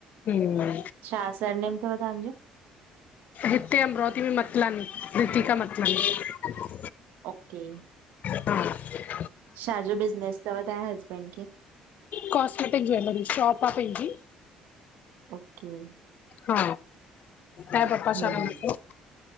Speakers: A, on the left; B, on the right.
A: हम्म
B: छा सरनेम तव तांजो?
A: हिते अमरावती में मतलानि रितिका मतलानि
B: ओके
A: <inaudible>
B: छाजो बिज़नेस अथव तव्हांजे हसबैंड खे
A: कॉसमेटिक ज्वेलरी, शॉप आ पंहिंजी
B: ओके
A: हा तांया पपा
B: हम्म,
A: छा कदां थव?